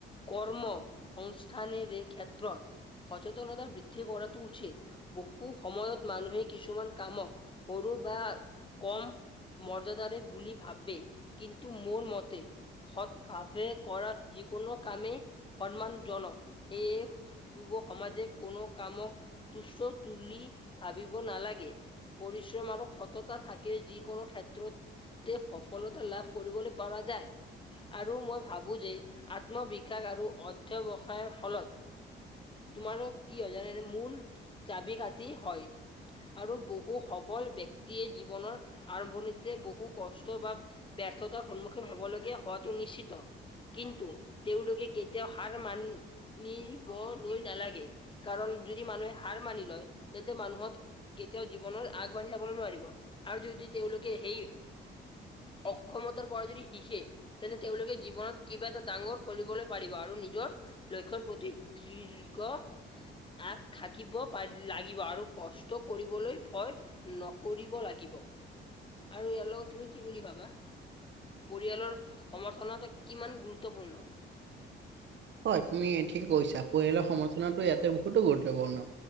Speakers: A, on the left; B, on the right.
A: কৰ্ম সংস্থানে এই ক্ষেত্ৰত- সচেতনতা বৃদ্ধি কৰাটো উচিত। বহু সময়ত মানুহে কিছুমান কামক- সৰু বা কম মৰ্যাদাৰে বুলি ভাবে কিন্তু মোৰ মতে- সৎ ভাৱে কৰা যিকোনো কামেই সন্মানজনক। সেয়ে পূৱ সমাজে কোনো কামক তুচ্ছ বুলি ভাবিব নালাগে। পৰিশ্ৰম আৰু সততা থাকে যিকোনো ক্ষেত্ৰত- তে সফলতা লাভ কৰিবলৈ পাৰা যায়। আৰু মই ভাবো যে আত্মবিশ্বাস আৰু অধ্যয়ৱসায়ৰ ফলত- তোমাৰো কি হয় জানেনে মূল চাবি কাটি হয় আৰু বহু- বহু সফল ব্যক্তিয়ে জীৱনৰ আৰম্ভণিতে বহু কষ্ট বা- ব্যৰ্থতাৰ সন্মুখীন হ'বলগীয়া হোৱাটো নিশ্চিত। কিন্তু- তেওঁলোকে কেতিয়াও সাৰ মানিব লৈ নালাগে। কাৰণ যদি মানুহে হাৰ মানি লয় তেন্তে মানুহত কেতিয়াও- জীৱনত আগবাঢ়ি যাবলৈ নোৱাৰিব আৰু যদি তেওঁলোকে সেই- অক্ষমতাৰ পৰা যদি শিকে তেন্তে তেওঁলোকে জীৱনত কিবা এটা ডাঙৰ- কৰিবলৈ পাৰিব আৰু নিজৰ লক্ষ্যয়ৰ প্ৰতি তিৰ্ঘ- আগ থাকিব বা লাগিব আৰু কষ্ট কৰিবলৈ- ভয় নকৰিব লাগিব আৰু ইয়াৰ লগত তুমি কি বুলি ভাবা? পৰিয়ালৰ সমৰ্থন কিমান গুৰুত্বপূৰ্ণ?
B: হয়, তুমি ঠিকে কৈছা, পৰিয়ালৰ সমৰ্থনো ইয়াতে বহুতো গুৰুত্বপূৰ্ণ।